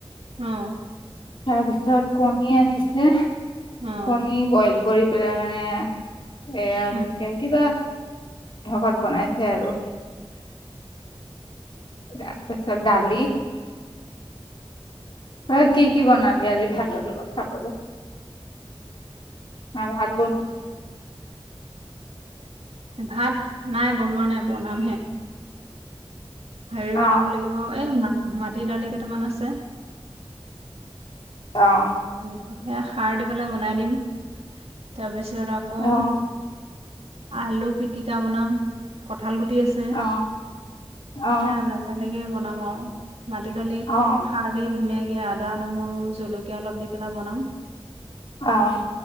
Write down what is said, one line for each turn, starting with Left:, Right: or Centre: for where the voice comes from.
Right: অ
Left: তাৰপিছত কণী আনিছে।
Right: অ
Left: কণী বইল কৰি পেলাই মানে এয়া
Right: উম
Left: কিবা ঢকত বনাইছে আৰু। দা তাৰ পাছত দালি অ কি কি বনালি আজি ভাতৰ লগ বা খাবলৈ? অ ভাল
Right: ভাত নাই বনোৱা নাই বনাম হে। হেৰি
Left: অ
Right: বনাব লাগিব এই মাটি দালি কেইটামান আছে।
Left: অ
Right: উম সেয়া সাৰ দি পেলাই বনাই দিম তাৰপিছত যত আকৌ
Left: অ
Right: আলু পিটিকা বনাম, ক ঠাল গুটি আছে,
Left: অ অ
Right: সেয়া তেনেকেই বনাম আৰু। মাটি দালি
Left: অ',
Right: সাৰেই ধুনীয়াকে আদা, নহৰু জলকীয়া অলপ দি পেলাই বনাম।
Left: অ',